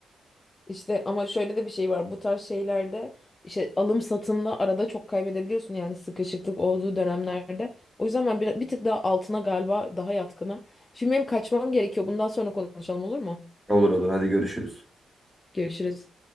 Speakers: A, on the left; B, in the centre.
A: İşte ama şöyle de bir şey var. Bu tarz şeylerde işte alım satımda arada çok kaybedebiliyorsun yani sıkışıklık olduğu dönemlerde. O yüzden ben bir, bir tık daha altına galiba daha yatkınım. Şimdi benim kaçmam gerekiyor. Bundan sonra konuşalım olur mu?
B: Olur olur hadi görüşürüz.
A: Görüşürüz.